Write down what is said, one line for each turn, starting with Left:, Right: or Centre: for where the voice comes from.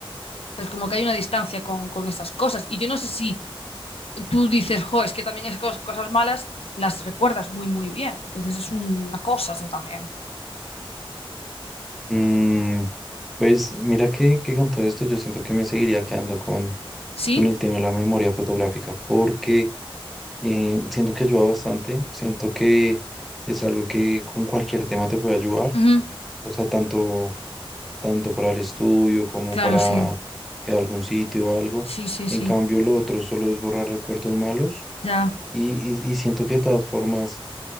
Left: Entonces, como que hay una distancia con, con esas cosas. Y yo no sé si tú dices, jo, es que también es cos- cosas malas las recuerdas muy, muy bien. Entonces es una cosa eso también.
Centre: Mm, pues mira que, que con todo esto yo siento que me seguiría quedando con,
Left: ¿Sí?
Centre: con el tema de la memoria fotográfica porque eh, siento que ayuda bastante, siento que es algo que con cualquier tema te puede ayudar,
Left: Ujú.
Centre: o sea, tanto, tanto para el estudio como
Left: Claro,
Centre: para
Left: sí.
Centre: eh, algún sitio o algo.
Left: Sí, sí,
Centre: En
Left: sí.
Centre: cambio, lo otro solo es borrar recuerdos malos
Left: Ya.
Centre: y, y y siento que de todas formas